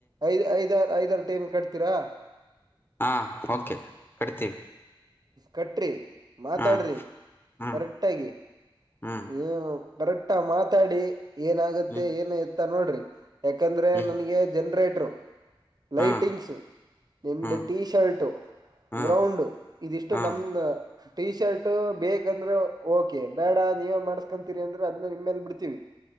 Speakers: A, on the right (about 50°); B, on the left (about 25°).
A: ಐದ್ ಐದಾರ ಐದಾರು ಟೈಮ್ ಕಟ್ತೀರಾ.
B: ಹಾಂ ಓಕೆ ಕಟ್ತೀವಿ.
A: ಕಟ್ರಿ ಮಾತಾಡ್ರಿ
B: ಹಾ ಹಾ
A: ಕರೆಕ್ಟಾಗಿ.
B: ಹಾ
A: <unintelligible> ಕರೆಕ್ಟಾಗ್ ಮಾತಾಡಿ ಏನಾಗುತ್ತೆ
B: ಹ್ಮ್
A: ಏನು ಎತ್ತ ನೋಡ್ರಿ. ಯಾಕಂದ್ರೆ
B: ಹ್ಮ್
A: ನನಗೆ ಜನ್ರೇಟರ್ ಲೈಟಿಂಗ್ಸು.
B: ಹಾ
A: ನಿಮ್ದು
B: ಹ್ಮ್
A: ಟೀ ಶರ್ಟು
B: ಹಾ
A: ಗ್ರೌಂಡು ಇದಿಷ್ಟು
B: ಹಾ
A: ನಮ್ದ. ಟಿ ಶರ್ಟ್ ಬೇಕಂದ್ರೆ ಓಕೆ ಬೇಡ ನೀವೇ ಮಾಡ್ಸ್ಕೊಂತೀರಿ ಅಂದ್ರೆ ಅದನ್ನು ನಿಮ್ಮೇಲ್ ಬಿಡ್ತೀವಿ.